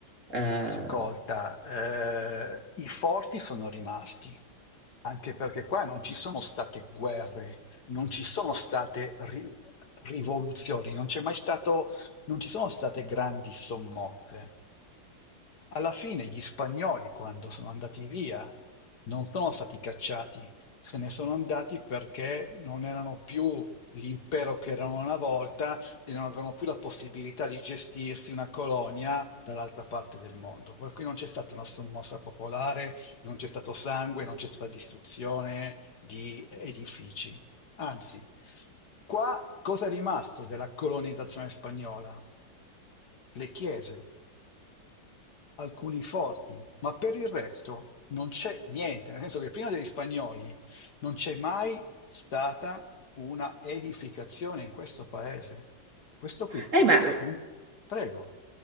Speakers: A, on the right; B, on the left.
A: Eh,
B: ascolta, eh, i forti sono rimasti, anche perché qua non ci sono state guerre, non ci sono state ri- rivoluzioni, non c'è mai stato, non ci sono state grandi sommosse. Alla fine gli spagnoli, quando sono andati via, non sono stati cacciati, se ne sono andati perché non erano più l'impero che erano una volta e non avevano più la possibilità di gestirsi una colonia dall'altra parte del mondo. Per cui non c'è stata una sommossa popolare, non c'è stato sangue, non c'è stata distruzione di edifici. Anzi, qua cosa è rimasto della colonizzazione spagnola? Le chiese alcuni forti, ma per il resto non c'è niente, nel senso che prima degli spagnoli non c'è mai stata una edificazione in questo paese. Questo qui
A: eh,
B: è
A: ma
B: stato un prego,